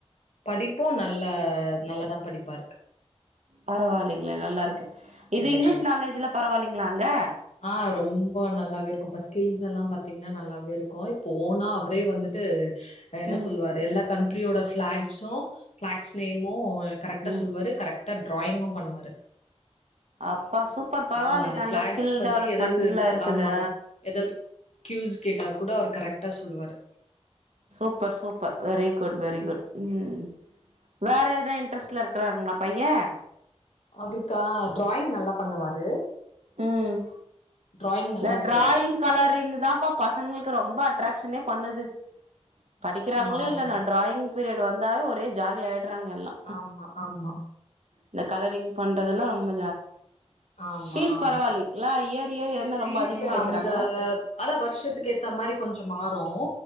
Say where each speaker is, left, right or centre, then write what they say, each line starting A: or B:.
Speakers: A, on the left; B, on the right.
A: படிப்பு நல்ல நல்லதா படிப்பாரு
B: பரவாலெல்லங்களே நல்லா இருக்கு இது
A: எல்லா
B: இங்கிலீஷ் நாலேஜ்ல பரவாலெல்லங்ளா அங்க
A: அ ரொம்ப நல்லாவே இருக்கு இப்ப ஸ்கில்ஸ் எல்லா பாத் பாத்தீங்ன்னா நல்லாவே இருக்கு இப்ப போனா அவரே வந்துட்டு என்ன
B: ம்
A: சொல்லுவாரு எல்லா கண்ட்ரியோட ஃபிளாக்ஸும் ஃபிளாக்ஸ் நேமு கரெக்டா
B: ம்
A: சொல்வாரு கரெக்டா ட்ராயிங்கு பண்ணுவாரு
B: அப்பா சூப்பர் பரவாயில்லயே
A: ஆமா, அந்த
B: நல்லா
A: ஃபிளாக்ஸ்
B: ஸ்கில்
A: பத்தி
B: டெவலப்மெண்ட்லா
A: ஏதாவது
B: இருக்குது
A: ஆமா. ஏதாவது கியூஸ் கேட்டா கூட அவர் கரெட்டா சொல்வாரு
B: super super very good very good ம் வேற எதுனா இன்ட்ரெஸ்ட்ல இருக்கு இருக்குறாருங்களா பைய
A: அவருக்கா டிராயிங் நல்லா பண்ணுவாரு
B: ம்
A: டிராயிங்
B: இந்த
A: நல்லா
B: டிராயிங்
A: வரும்.
B: கலரிங் தான்ப்ப பசங்களுக்கு ரொம்ப அட்ராக்சனே பண்ணுது படிக்கிறாங்களோ
A: ஆமா, ஆமா.
B: இல்லன்னா டிராயிங் பீரியட் வந்தாவே ஒரே ஜாலிய ஆயிட விட்டுறாங்க எல்லா
A: ஆமா, ஆமா.
B: இந்த கலரிங் பண்றதுல்லா ரொம்ப
A: ஆமா
B: ஃபீஸ்
A: ஆமா
B: பரவாயில்லைங்களா இயர் இயர் எதுனா
A: ஃபீஸ்
B: ரொம்ப அதிகமா ஏத்துறாங்களா
A: அங்க அதா வருஷத்துக்கே ஏத்த மாரி கொஞ்ச மாறு று